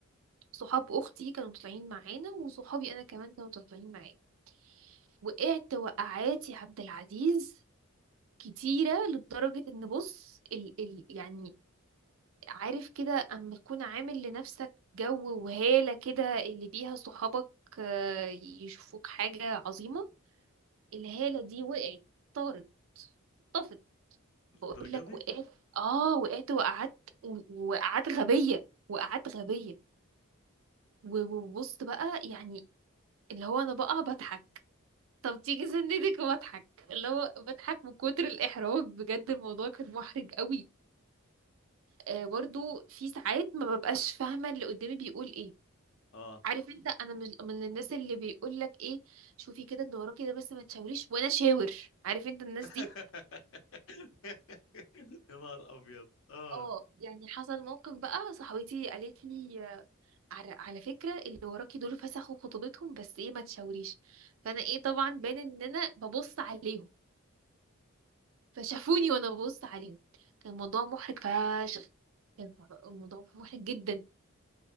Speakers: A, on the right; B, on the left.
A: صحاب اختي كانوا طالعين معانا وصحابي انا كمان كانوا طالعين معايا وقعت وقعات يا عبد العزيز كتيرة لدرجة ان بص ال ال يعني عارف كده اما تكون عامل لنفسك جو وهالة كده اللي بيها صحابك آه، يشوفوك حاجة عظيمة الهالة دي وقعت طارت طفت
B: للدرجة
A: بقول لك
B: دي
A: وقعت اه وقعت وقعدت وقعدت غبية وقعدت غبية و- وبص بقى يعني اللي هو انا بقى بضحك طب تيجي سندك وبضحك اللي هو بضحك من كتر الإحراج بجد الموضوع كان محرج قوي آه برضو في ساعات ما ببقاش فاهمة اللي قدامي بيقول ايه
B: اه
A: عارف انت انا مش من الناس اللي بيقول لك ايه شوفي كده اللي وراكي ده بس ما تشاوريش وانا شاور عارف انت الناس
B: <laughs>
A: دي
B: يا نهار ابيض اه
A: اه يعني حصل موقف بقى صاحبتي قالت لي آه، على على فكره اللي وراكي دول فسخوا خطوبتهم بس ايه ما تشاوريش فانا ايه طبعا باين ان انا ببص عليهم فشافوني وانا ببص عليهم كان الموضوع محرج فشخ كان الموضوع محرج جدا